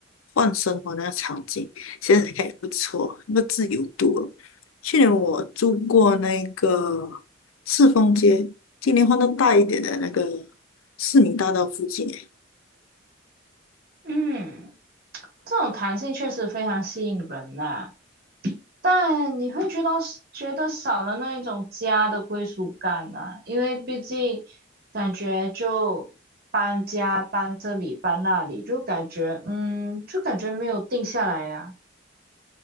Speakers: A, on the left; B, on the right.
A: 换生活那个场景，现在看也不错，那个自由度了去年我住过那个赤峰街，今年换到大一点的那个市民大道附近诶。
B: 嗯，这种弹性确实非常吸引人呐、但你会觉得觉得少了那一种家的归属感啊，因为毕竟感觉就搬家搬这里搬那里，就感觉嗯，就感觉没有定下来呀、